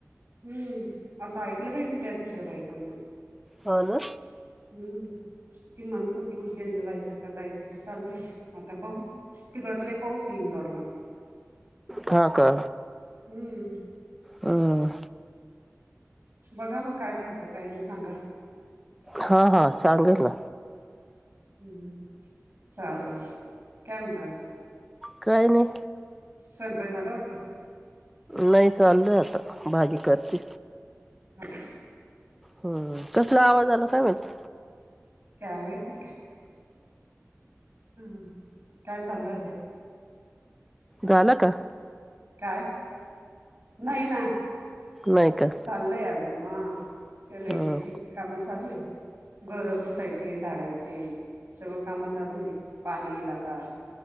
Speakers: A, on the right (about 50°); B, in the centre.
A: हम्म असं ऐकलं बाई मी त्या दुसऱ्या बाईकडनं
B: हन
A: हम्म ती म्हणपती उज्जैनला जायचं का जायचं का चाललंय म आता बघू तिकड तले पाऊस आहे इंदोरला
B: हा का
A: हम्म
B: हम
A: बघा मग कायठवतं काय नाही सांगा
B: हा हा सांगेल ना
A: हम्म चालेल केम त
B: काही नाही
A: स्वयंपा दि नला वाटू
B: नाही चाललत भाजी करते
A: ह
B: हम् कसला आवाज आला कावेत
A: काय माहिती हम् काय चाललं
B: गालक
A: काय नाही ना
B: नाही का
A: चाललय अजून हा त्याला एक
B: हम्म
A: काम चालू आहे घरं पुसायचे झाडायचे सगळं काम चालू आहे पाणीलाता